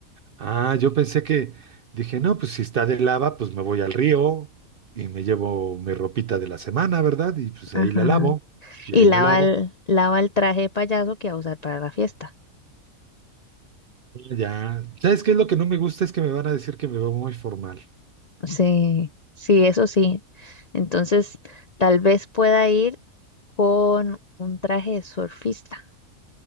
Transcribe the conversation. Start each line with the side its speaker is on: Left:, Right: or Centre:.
Right: ah, yo pensé que dije, no, pues si está de lava, pues me voy al río y me llevo mi ropita de la semana, ¿verdad? Y pues
Left: Ajá.
Right: ahí la lavo, y
Left: Y
Right: ahí
Left: lava
Right: la lavo.
Left: el, lava el traje de payaso que va a usar para la fiesta.
Right: Ya. ¿Sabes qué es lo que no me gusta? Es que me van a decir que me veo muy formal.
Left: Sí, sí, eso sí. Entonces, tal vez pueda ir con un traje de surfista.